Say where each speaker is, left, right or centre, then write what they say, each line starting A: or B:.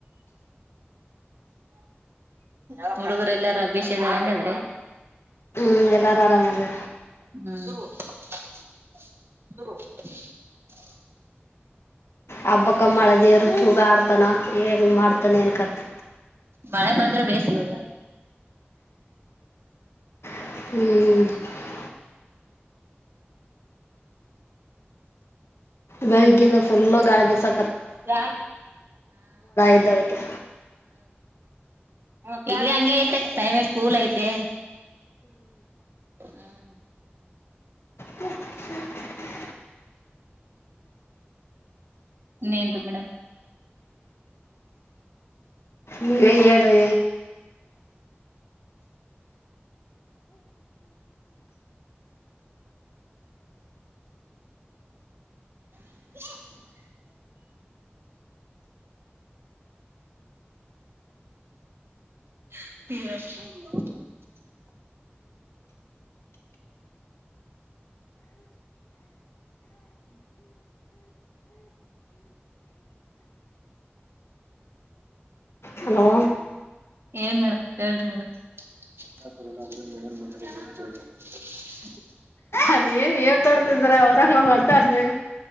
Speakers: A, on the right; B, on the left.
A: ಹ ಹುಡುಗರು ಎಲ್ಲಾರ ಭೇಷಾರಂಗಾದ್ರೆ
B: ಹ್ಮ ಎಲ್ಲಾರು ಆರಾಮ ಅದು
A: ಹ್ಮ್
B: ಹಬ್ಬಕ್ಕಮ್ಮಳ ದೇವರು ಚೂಗ ಆಡ್ತಾನ ಹೆಂಗ ಮಾಡ್ತಾನೆ ಅನ್ಕತ್ತ
A: ಮಳೆ ಬಂದ್ರೆ ಬೇಸಿಗೆ ಹೋಗ
B: ಹ್ಮ್ ಬೆಳಿಗಿಂದ ಫುಲ್ ಗಾಡಿಗೆ ಸ
A: ಹ
B: ಇದ್ದದಕ್ಕೆ
A: ಹೌದು ಇಲ್ಲಿ ಹಂಗೆ ಐತೆ ಕ್ಲೈಮೇಟ್ ಕೂಲ್ ಐತೆ ಹ್ಮ್
B: ಹ್ಮ ಹ್ಮ್
A: ನೇನು ರಿ ಮೇಡಮ್
B: ನೀವೇ ಹೇಳ್ ರೀ
A: <inaudible> <unintelligible>
B: ಹಲೋ
A: ಏನ್ ಮೇಡಮ್ ಹೇಳ್ರಿ ಮೇಡಮ್ ಆ ತರ ಮ ಮಾಡ <unintelligible>
B: ಅಲ್ಲಿ ಏನ್ ಹೇಗ್ ಕೊಡ್ತಿದ್ರ ಅವ್ರಲ್ ಮಾತಾಡ್ರಿ